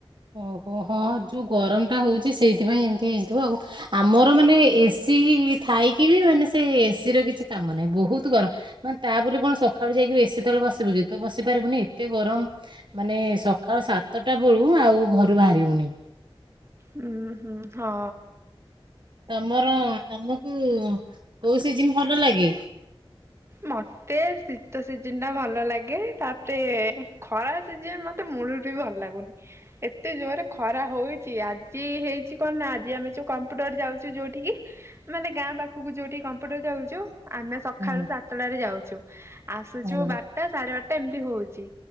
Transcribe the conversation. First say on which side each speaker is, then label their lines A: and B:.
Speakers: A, on the right (about 55°); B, on the right (about 25°).
A: ଓହୋ ହଁ ଯୋଉ ଗରମ୍ ଟା ହଉଚି ସେଇଥିପାଇଁ ଏମିତି୍ ହେଇଥିବ ଆଉ ଆମର ମାନେ ଏସି ଥାଇକି ବି ମାନେ ସେ ଏସି ର କିଛି କାମ ନାଇଁ ବହୁତ୍ ଗରମ ମାନେ ତା ବୋଲି କଣ ସଖାଳୁ ଯାଇକି ଏସି ତଳେ ବସିବୁ କି ତ ବସି ପାରିବୁନି ଏତେ ଗରମ୍ ମାନେ ସଖାଳ ସାତଟା ବେଳୁ ଆଉ ଘରୁ ବାହାରିି ହଉନି।
B: ଉଁ ହୁଁ ହ।
A: ତମର ତମକୁ କୋଉ ସିଜିନ୍ ଭଲ ଲାଗେ?
B: ମ ତେ ଶୀତ ସିଜିନ୍ ଟା ଭଲ ଲାଗେ ତାପରେ ଖରା ସିଜିନ୍ ମତେ ମୂଳରୁ ବି ଭଲ୍ ଲାଗୁନି ଏତେ ଜୋରେ ଖରା ହଉଚି ଆଜି ହେଇଚି କଣ ନା ଆଜି ଆମେ ଯୋଉ କମ୍ପୁଟର ଯାଉଚୁ ଯୋଉଠିକି ମାନେ ଗାଁ ପାଖକୁ ଯୋଉଟିକି କମ୍ପ୍ୟୁଟର ଯାଉଚୁ ଆମେ ସଖାଳୁ
A: ହୁଁ
B: ସାତଟାରେ ଯାଉଚୁ ଆସୁଚୁ
A: ହୁଁ
B: ବାର୍ଟା ସାଢେ ବାର୍ଟା ଏମ୍ ତି ହୋଉଚି